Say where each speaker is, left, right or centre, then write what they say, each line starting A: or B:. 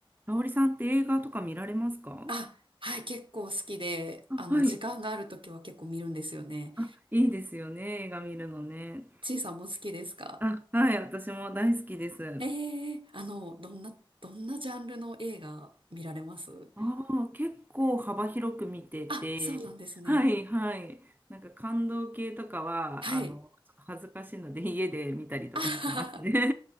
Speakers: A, on the right; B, on the right.
A: 香織さんって映画とか見られますか
B: あ、はい、結構好きで、
A: あ、
B: あの、
A: はい。
B: 時間があるときは結構見るんですよね。
A: あ、いいですよね、映画見るのね。
B: ちいさんも好きですか
A: あ、はい、私も大好きです。
B: ええあの、どんな、どんなジャンルの映画見られます
A: ああ、結構幅広く見てて、
B: あ、そうなんですね。
A: はいはい。なんか感動系とかは、
B: はい。
A: あの、ちょっと恥ずかしいので家で見たりとかしますね。
B: あはは